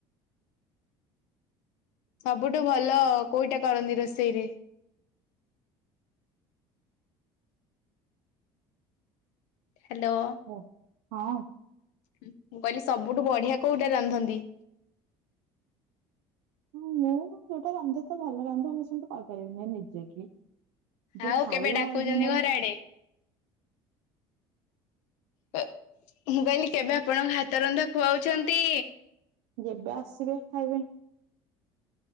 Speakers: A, on the left; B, on the right.
A: ସବୁଠୁ ଭଲ କୋଉଟା କରନ୍ତି ରୋଷେଇ ରେ? ହ୍ୟାଲୋ।
B: ହ ହଁ।
A: ମୁଁ କହିଲି ସବୁଠୁ ବଢିଆ କୋଉଟା ରାନ୍ଧନ୍ତି?
B: ହୁଁ ମୁଁ ଯୋଉଟା ରାନ୍ଧେ ତ ଭଲ ରାନ୍ଧେ ମୁଁ ସେମିତି କହିପାରିବିନି ନିଜେ କି ଯିଏ
A: ଆଉ
B: ଖାଇବ
A: କେବେ ଡାକୁଛନ୍ତି
B: ଯିଏ ମୋର
A: ଘର ଆଡେ? ମୁଁ କହିଲି କେବେ ଆପଣଙ୍କ ହାତ ରନ୍ଧା ଖୁଆଉଛନ୍ତି?
B: ଯେବେ ଆସିବେ ଖାଇବେ।